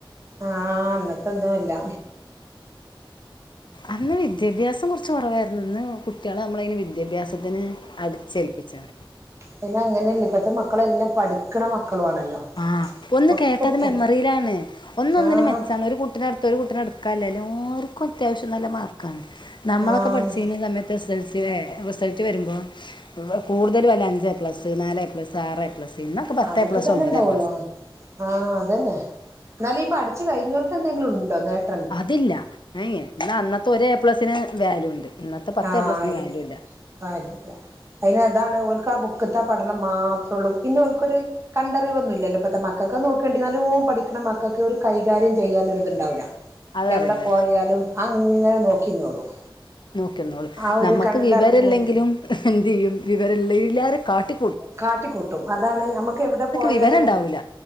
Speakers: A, on the right; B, on the left.
A: ആഹ് അന്നത്തെൊന്നുംല്ല
B: അന്ന് വിദ്യാഭ്യാസം കുറച്ച് കുറവായിരുന്നു ഇന്ന് കുട്ടിയളെ നമ്മള അയിന് വി വിദ്യാഭ്യാസത്തിന് അടിച്ചേൽപ്പിച്ചാണ്
A: പിന്ന അങ്ങനെയല്ലേ ഇപ്പത്തെ മക്കളെല്ലാം പഠിക്കണ മക്കളും ആണല്ലോ
B: ആഹ് ഒന്ന്
A: ഒക്കെ
B: കേട്ടത്
A: ഇപ്പൊ
B: മെമ്മറിയിലാണ് ഒന്ന് ഒന്നിനെ
A: ആഹ്
B: മെച്ചാണ് ഒരു കുട്ടിടുത്ത് മൊരു കുട്ടിനെ എടുക്കാൻ ഇല്ലാലും ആർക്കും അത്യാശം നല്ല മാർക്കാണ് നമ്മളൊക്കെ
A: ആഹ്
B: പഠിച്ച് കഴിഞ്ഞ സമയത്ത് എ സ സൽ സിടെ റിസൾട്ട് വരുമ്പോ കൂടുതല് വല്ല അഞ്ച് എ പ്ലസ് നാല് എ പ്ലസ് ആറ് എ പ്ലസ് ഇന്നൊക്കെ പത്ത്
A: അതൊക്കെ
B: എ പ്ലസ്
A: തന്നെ
B: ഒമ്പത്
A: ഉണ്ടാവുള്ളൂ
B: എ പ്ലസും
A: ആഹ് ആഹ് അതന്നെ എന്നാലും ഇ പടിച്ചു കഴിഞ്ഞാർക്ക് എന്തെങ്കിലും ഉണ്ടോ നേട്ട
B: അതില്ല പിന്ന അന്നത്തെ ഒരു എ പ്ലസിന് വാല്യൂ ഉണ്ട് ഇന്നത്തെ പത്ത്
A: ആഹ്
B: എ പ്ലസിന്
A: ഇ
B: വാല്യൂ ഇല്ല
A: ല്ല അതിന് അതാണ് ഓർക്ക് ആ ബുക്കത്തെ ആ പഠനം മാത്രള്ളൂ പിന്നെ ഓർക്കൊരു കണ്ടറിവ് ഒന്നുല്ലല്ലോ ഇപ്പത്തെ മക്കൾക്ക് നോക്കേണ്ട പഠിക്കണ മക്കൾക്ക് ഒരു കൈകാര്യം ചെയ്യാൻ ഒരു ഇതുണ്ടാവൂല്ല
B: അതറിയില്ല
A: എവിടെ പോയാലും അങ്ങനെ നോക്കിന്നോളും
B: നോക്കിന്നോളും
A: ആ ഒരു
B: നമുക്ക്
A: കണ്ടറിഞ്ഞാണ്ട്
B: വിവരമില്ലെങ്കിലും എന്ത് ചെയ്യും വിവരല്ല എല്ലരും കാട്ടി
A: കാട്ടിക്കൂട്ടും അതാണ് നമ്മുക്ക് എവിടെ പോയാലൊരു
B: വിവരം ഉണ്ടാവൂല